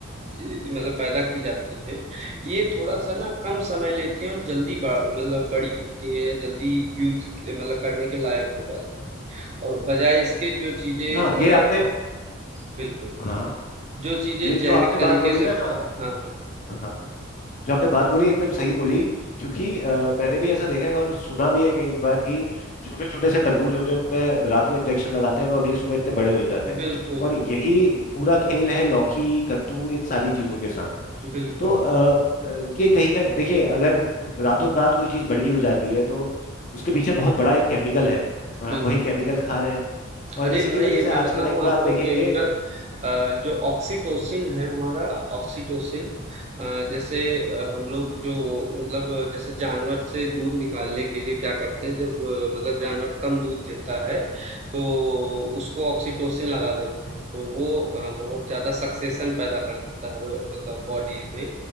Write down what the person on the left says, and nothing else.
हाँ
ये आपने
हाँ
ये
जो आपने
बात बोली
ना
हाँ जो आपने बात बोली एकदम सही बोली क्योंकि अ, मैंने भी ऐसा देखा है और सुना भी है कई बार कि छोटे छोटे से तरबूज होते हैं उनमें रात को इंजेक्शन लगाते हैं और वो अगली सुबह इतने बड़े हो जाते हैं
और यही
पूरा खेल है लौकी कद्दू इन सारी चीजों के साथ
तो अ, अ, ये कहीं ना देखिए अगर रातों रात कोई चीज बड़ी हो जा रही है तो उसके पीछे बहुत बड़ा एक केमिकल है और हम
वही केमिकल खा रहे हैं और
इसी की
वजह से
आज
के टाइम पे
आप देखेंगे
हम्म,